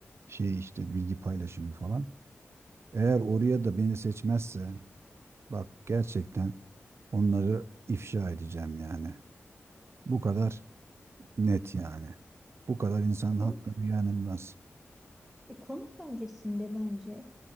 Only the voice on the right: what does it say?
şeyi işte bilgi paylaşımı falan. Eğer oraya da beni seçmezse bak gerçekten onları ifşa edeceğim yani. Bu kadar net yani. Bu kadar insanın
hakkını yenilmez.